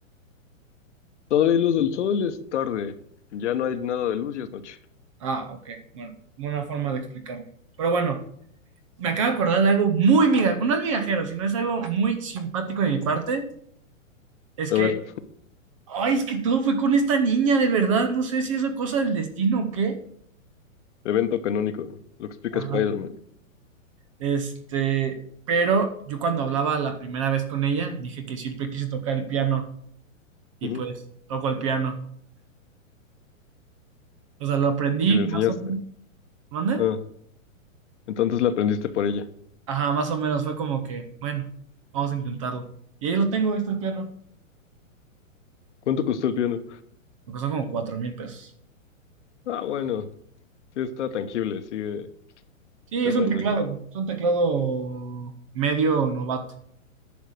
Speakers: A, on the left; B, on the right.
A: Todavía hay luz del sol, es tarde. Ya no hay nada de luz y es noche.
B: Ah, ok. Bueno, buena forma de explicarlo. Pero bueno, me acabo de acordar de algo muy miga, no es migajero, sino es algo muy simpático de mi parte. Es
A: A
B: que,
A: ver,
B: ay, es que todo fue con esta niña, de verdad. No sé si es cosa del destino o qué.
A: evento canónico, lo que explica
B: Ajá.
A: Spider-Man.
B: Este, pero yo cuando hablaba la primera vez con ella, dije que siempre quise tocar el piano y
A: Ujú,
B: pues toco el piano. O sea, lo aprendí
A: Y le enseñaste.
B: más o menos. ¿Mande?
A: Ah, entonces la aprendiste por ella.
B: Ajá, más o menos fue como que, bueno, vamos a intentarlo. Y ahí lo tengo, ahí está el piano.
A: ¿Cuánto costó el piano?
B: Me costó como cuatro mil pesos.
A: Ah, bueno, sí está tangible, sigue
B: Sí,
A: terrenal.
B: es un teclado, es un teclado medio novato.